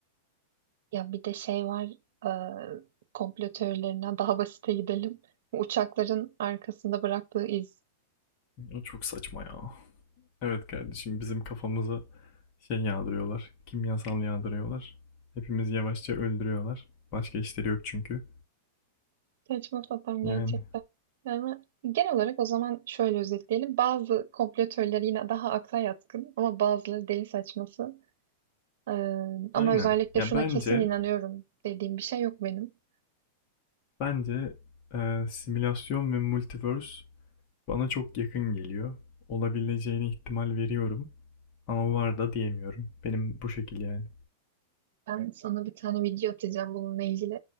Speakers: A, on the right; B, on the left.
A: Ya bir de şey var e, komplo teorilerinden <laughs> daha basite gidelim. Uçakların arkasında bıraktığı iz.
B: O Çok saçma ya. Evet kardeşim bizim kafamıza şey yağdırıyorlar. Kimyasal yağdırıyorlar. Hepimiz yavaşça öldürüyorlar. Başka işleri yok çünkü.
A: Saçma sapan
B: Yani
A: gerçekten. Yani genel olarak o zaman şöyle özetleyelim. Bazı komplo teorileri yine daha akla yatkın ama bazıları deli saçması. E, ama
B: aynen.
A: özellikle
B: Ya
A: şuna
B: bence
A: kesin inanıyorum dediğim bir şey yok benim.
B: bence e, simülasyon ve multiverse Bana çok yakın geliyor. Olabileceğine ihtimal veriyorum. Ama var da diyemiyorum. Benim bu şekil yani.
A: Ben sana bir tane video atacağım bununla ilgili.